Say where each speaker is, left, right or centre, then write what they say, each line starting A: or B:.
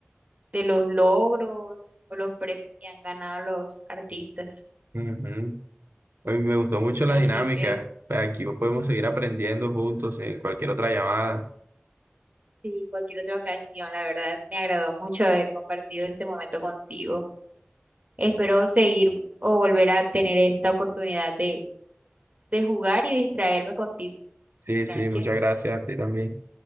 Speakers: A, on the right (about 40°); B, on the right (about 65°).
A: de los logros o los premios que han ganado los artistas.
B: Ujú. Oye, me gustó mucho la
A: Así
B: dinámica.
A: que
B: Pues, Aquí podemos seguir aprendiendo juntos en cualquier otra llamada.
A: sí, en cualquier otra ocasión, la verdad, me agradó mucho haber compartido este momento contigo. Espero seguir o volver a tener esta oportunidad de, de jugar y distraerme contigo.
B: Sí,
A: Gracias.
B: sí, muchas gracias a ti también.